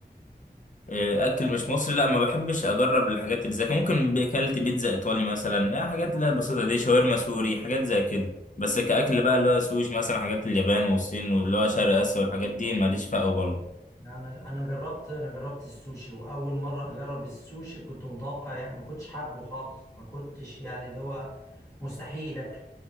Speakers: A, on the left (about 50°); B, on the left (about 20°).
A: إيه، اكل مش مصري لا ما بحبش اجرب الحاجات اللي زي كده ممكن اكلت بيتزا ايطالي مثلا لا حاجات لا بسيطه دي شاورما سوري حاجات زي كده بس كاكل بقى اللي هو سوشي مثلا حاجات اليابان والصين واللي هو شرق اسيا والحاجات دي ماليش فقه برضه
B: انا انا جربت انا جربت السوشي واول مره اجرب السوشي كنت متوقع يعني ما كنتش حابه خالص ما كنتش يعني اللي هو مستحيل اكله